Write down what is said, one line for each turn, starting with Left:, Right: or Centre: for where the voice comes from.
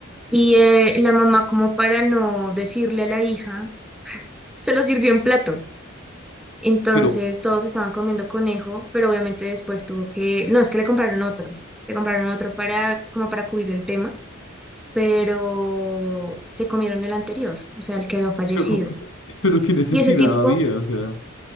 Centre: Y eh, la mamá como para no decirle a la hija, se lo sirvió en plato. Entonces
Left: pero,
Centre: todos estaban comiendo conejo, pero obviamente después tuvo que, no, es que le compraron otro, le compraron otro para como para cubrir el tema, pero se comieron el anterior, o sea, el que había fallecido.
Left: pero, <laughs> pero qué necesidad
Centre: Y ese tipo,
Left: había, o sea,